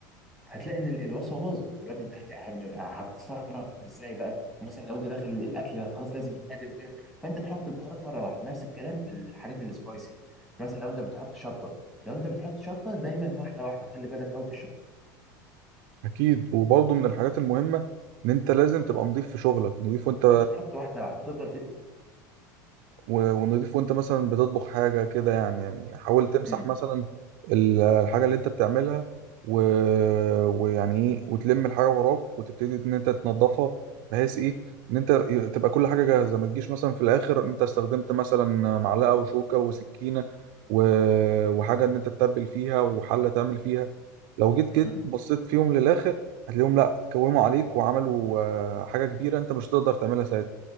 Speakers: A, in the centre; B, on the right.
A: هتلاقي ان ال- الوصفه باظت دلوقتي انت هت- هم- هتتصرف ازاي بقى ومثلا لو انت داخل الاكل خلاص لازم يتقدم وكده فانت تحط البهارات مره واحده نفس الكلام في الحاجات السبايسي مثلا لو انت بتحط شطه لو انت بتحط شطه دايما واحده واحده خلي بالك قوي في الشطه
B: أكيد وبرضه من الحاجات المهمة إن أنت لازم تبقى نضيف في شغلك نضيف وأنت
A: فانت تحط واحده واحده وتفضل ت...
B: و- ونضيف وانت مثلا بتطبخ حاجة كده يعني يعني حاول تمسح
A: امم
B: مثلا ال- الحاجة اللي انت بتعملها و... ويعني ايه وتلم الحاجة وراك وتبتدي ان انت تنظفها بحيث ايه ان انت ي- تبقى كل حاجة جاهزة ما تجيش مثلا في الاخر انت استخدمت مثلا معلقة وشوكة وسكينة و... وحاجة ان انت تتبل فيها وحلة تعمل فيها لو جيت كده
A: امم
B: بصيت فيهم للاخر هتلاقيهم لا اتكوموا عليك وعملوا آه، حاجة كبيرة انت مش هتقدر تعملها ساعتها